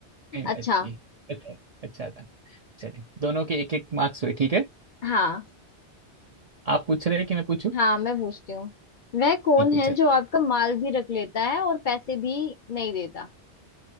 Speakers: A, on the right; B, on the left.
A: नहीं, नहीं,
B: अच्छा
A: अच्छी अच्छा अच्छा था चलिए दोनों के एक एक मार्क्स हुए ठीक है
B: हाँ
A: आप पूछ रहे हैं कि मैं पूछूं
B: हाँ मैं पूछती हूँ वह कौन
A: ठीक है
B: है
A: चलिए
B: जो आपका माल भी रख लेता है और पैसे भी नहीं देता